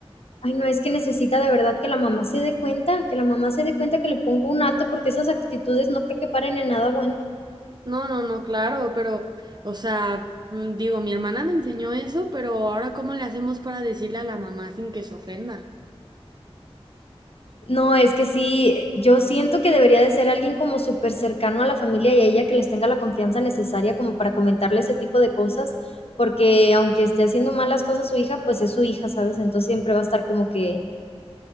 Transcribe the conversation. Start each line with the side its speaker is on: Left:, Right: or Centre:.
Left: Ay, no, es que necesita de verdad que la mamá se dé cuenta, que la mamá se dé cuenta que le ponga un alto porque esas actitudes no creo que paren en nada bueno.
Right: No, no, no, claro, pero, o sea, mm, digo, mi hermana me enseñó eso, pero ahora ¿cómo le hacemos para decirle a la mamá sin que se ofenda?
Left: No, es que sí, yo siento que debería de ser alguien como súper cercano a la familia y a ella que les tenga la confianza necesaria como para comentarle ese tipo de cosas, porque aunque esté haciendo malas cosas su hija, pues es su hija, ¿sabes? Entonces siempre va a estar como que